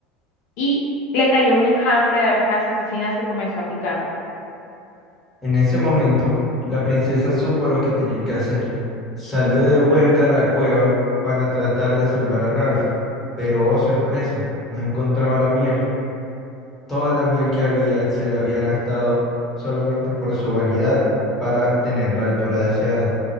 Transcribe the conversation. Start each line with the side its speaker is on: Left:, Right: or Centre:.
Left: y le cayó un enjambre de abejas asesinas que comenzó a picarlo.
Centre: En ese momento, la princesa supo lo que tenía que hacer. Salió de vuelta a la cueva para tratar de salvar a Ralph, pero oh sorpresa, no encontraba la miel. Toda la miel que había se la había gastado solamente por su vanidad para tener la altura deseada.